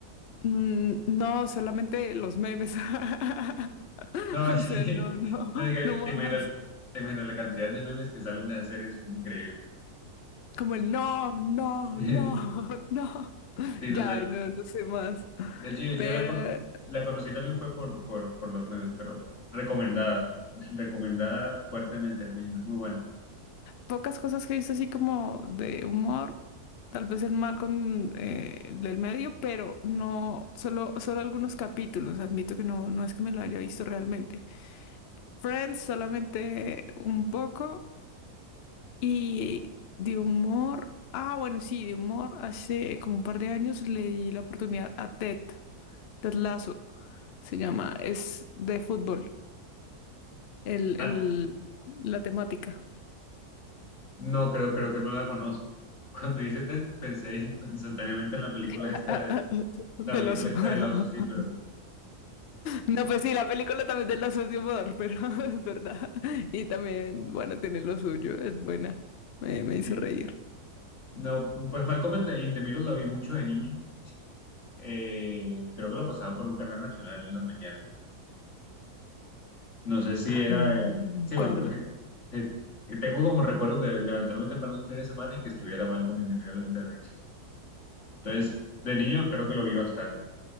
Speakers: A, on the left; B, on the left.
A: Mm, no, solamente los memes. <laughs>
B: No, es
A: O sea,
B: que,
A: no, no,
B: <laughs> no, es que
A: no
B: te imaginas,
A: más.
B: te imaginas la cantidad de memes que salen de esa serie, son increíbles.
A: Como el no, no,
B: <laughs>
A: no, <laughs> no.
B: Sí,
A: Ya,
B: total.
A: ay, no, no sé más.
B: De hecho, yo, yo
A: Pero
B: la, con, la conocí también fue por, por, por los memes, pero recomendada, <laughs> recomendada fuertemente, es muy, muy buena.
A: pocas cosas que he visto así como de humor, tal vez el mal con eh, el del medio, pero no, solo, solo algunos capítulos, admito que no, no es que me lo haya visto realmente. Friends solamente un poco y de humor, ah, bueno, sí, de humor, hace como un par de años le di la oportunidad a Ted, Ted Lasso, se llama, es de fútbol, el,
B: Ah,
A: el, la temática.
B: no, creo, creo que no la conozco. <laughs> Cuando hice Ted, pensé inst- instantáneamente en la película
A: <laughs>
B: esta
A: Ah,
B: del,
A: ah,
B: la
A: Del
B: película
A: oso.
B: esta
A: <laughs>
B: del oso, sí, pero
A: No, pues sí, la película también del oso es de humor, pero <laughs> es verdad. Y también, bueno, tiene lo suyo, es buena. Me, me hizo
B: sí.
A: reír.
B: No, pues Malcolm in the, in the Middle la vi mucho de niño. Eh, creo que lo pasaban por un canal nacional en las mañanas. No sé si
A: Ah,
B: era...
A: no, no
B: eh, Sí,
A: me acuerdo.
B: bueno, <laughs> eh, eh, que tengo como recuerdos de levantarme temprano un fin de semana y que estuviera mal in the Middle en televisión. Entonces, de niño creo que lo vi bastante.